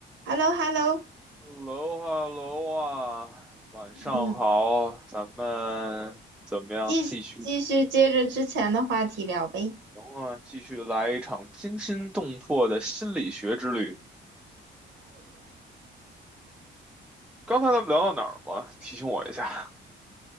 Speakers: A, on the right; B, in the centre.
A: h e l l o h e l l o
B: h e l l o h e l l o 啊，晚上好，
A: 嗯，
B: 咱们怎么样？
A: 继继续接着之前的话题聊呗。
B: 继续，行啊，继续来一场惊心动魄的心理学之旅。刚才咱们聊到哪儿了？提醒我一下